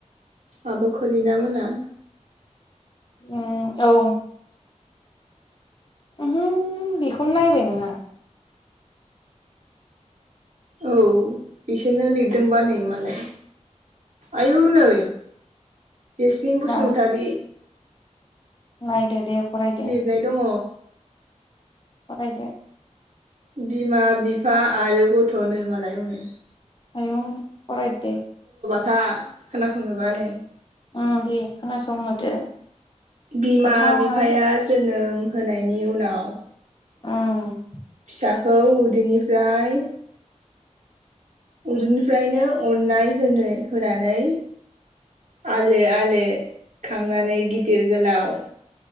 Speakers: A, on the right; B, on the left.
A: आब' खरिनामोना?
B: उम औ ओहो बेखौनो नायबाय नोंहा
A: औ बिसोरनो लिरदोंबा नै मालाय आयु नै जेसमिन बसुमतारी
B: ना नायदो दे फरायदो
A: लिरनाय दङ
B: फरायदो
A: बिमा बिफा आरो गथ'नो मालाय हनै
B: आयौ फरायदो दे
A: था खोनासंनोबा नै
B: ओं दे खोनासंहोदो
A: बिमा
B: गोथावनो
A: बिफाया जोनोम होनायनि उनाव
B: ओम
A: फिसाखौ उदैनिफ्राय उदैनिफ्रायनो अननाय होनो होनानै आलो आलो खांनानै गिदिर गोलाव